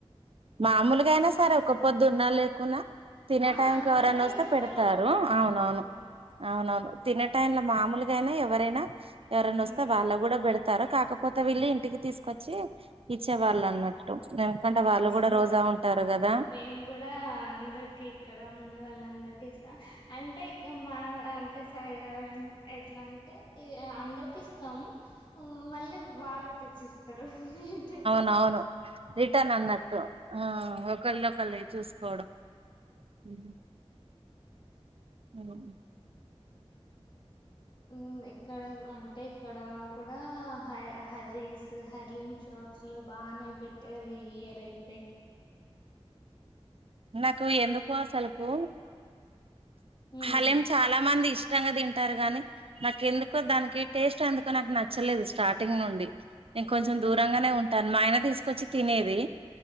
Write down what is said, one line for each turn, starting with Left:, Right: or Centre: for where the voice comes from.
Right: మామూలుగా అయినా సరే ఒక పొద్దున్నా లేకున్నా తినే
Left: ఆహా
Right: టైంకి
Left: అందరికే
Right: ఎవరైనా వస్తే
Left: ఇస్తారు
Right: పెడతారు అవునవును
Left: అవును
Right: అవునవును తినే టైంలో మామూలుగైనా ఎవరైనా ఎవరన్నా
Left: ఉమ్
Right: వస్తే వాళ్ళకు కూడా పడతారు తారు కాక పోతే వెళ్లి ఇంటికి తీసుకొచ్చి ఇచ్చేవాళ్ళు
Left: ఉమ్
Right: అన్నట్టు ఎందుకంటే
Left: అవును
Right: వాళ్ళు
Left: ఇస్తారు
Right: కూడా రోజా ఉంటారు కదా
Left: మేము కూడా అందరికి ఇక్కడ ఉన్న వాళ్ళందరికి ఇస్తాం అంటే ఇక మా అంటే సైడ్ ఎట్లా అంటే అందరికి ఇస్తాము మళ్ళీ వాళ్ళు తెచ్చిస్తారు మీ ఇంటి
Right: అవును రిటర్న్ అన్నట్టు ఆ ఒకళ్ళు ఒకళ్ళు చూసుకోవడం ఉమ్ అమ్
Left: ఉమ్ ఇక్కడ అంటే ఇక్కడ కూడా హ హరీస్ హలీమ్ షాప్స్ లో బానే పెట్టారు ఈ ఇయర్ అయితే
Right: నాకు ఎందుకు అసలుకు
Left: ఉమ్
Right: హలేం చాలా మంది ఇష్ ఇష్టంగా తింటారు గాని నాక ఎందుకు దానికి టేస్ట్ అందుకు నాకు నచ్చలేదు స్టార్టింగ్ నుండి నేను కొంచెం
Left: ఉమ్,
Right: దూరంగానే ఉంటాను మా ఆయన తీసుకొచ్చి తినేది